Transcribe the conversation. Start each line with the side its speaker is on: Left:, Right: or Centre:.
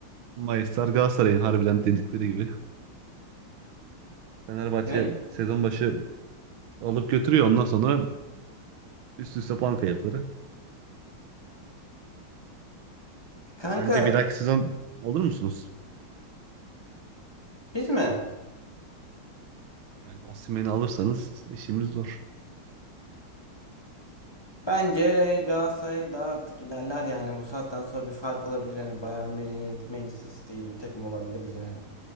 Right: Mayıslar Galatasaray'ın harbiden dedikleri gibi. Fenerbahçe
Left: Ne?
Right: sezon başı alıp götürüyor. Ondan sonra üst üste puan kayıpları.
Left: Kanka
Right: Sence bir dahaki sezon olur musunuz?
Left: biz mi?
Right: Yani Osimhen'i alırsanız işimiz zor.
Left: Bence Galatasaray daha artık ilerler yani. Bu saatten sonra bir fark olabilir. Yani Bayern Münih, Manchester City gibi bir takım olabiliriz yani.